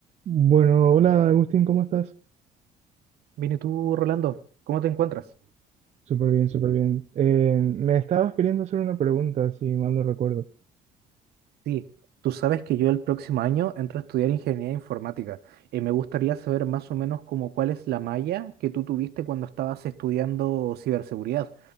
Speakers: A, on the right; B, on the right.
A: Bueno, hola Agustín, ¿cómo estás?
B: Bien, ¿y tú, Rolando? ¿Cómo te encuentras?
A: Súper bien, súper bien. Eh, me estabas queriendo hacer una pregunta, si mal no recuerdo.
B: Sí, tú sabes que yo el próximo año entro a estudiar ingeniería informática y me gustaría saber más o menos como cuál es la malla que tú tuviste cuando estabas estudiando ciberseguridad,